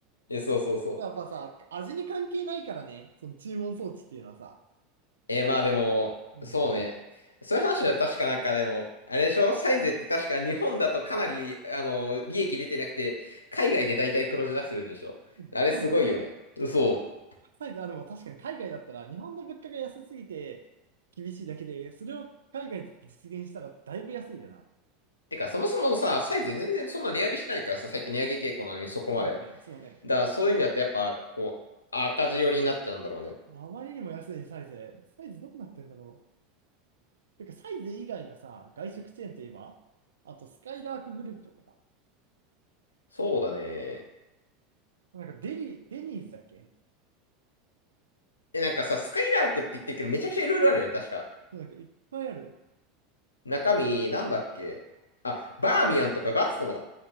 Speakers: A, on the left; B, on the right.
A: う。え、そうそうそう。
B: やっぱさ、味に関係ないからね、その注文装置っていうのはさ。
A: えー、まあでも、
B: うん。
A: そうね。そういう話は確かなんかでも、あれでしょサイゼって確か日本だとかなり、あの、利益出てなくて、海外で大体黒字出してるんでしょあれすごいよね。
B: うんそうなんだ。
A: そう。
B: サイズ、あ、でも確かに海外だったら、日本の物価が安すぎて厳しいだけで、それを海外で実現したらだいぶ安いよな。
A: てか、そもそもさ、サイゼ全然そんな値上げしないからさ、最近値上げ傾向なのにそこまで。
B: そうだね、そうだね。
A: だからそういう意味だとやっぱ、こう、赤字寄りになっちゃうんだろうね。
B: あまりにも安いサイズ。サイズどうなってんだろう。てか、サイズ以外のさ、外食チェーンといえば、あとスカイラークグループとかか。
A: そうだね。
B: なんかデリ、デニーズだっけ
A: え、なんかさ、スカイラークって言ってるけど、めちゃくちゃいろいろあるよね、確か。
B: そうなんかいっぱいある。
A: 中身、なんだっけあ、バーミヤンとかガストもだ。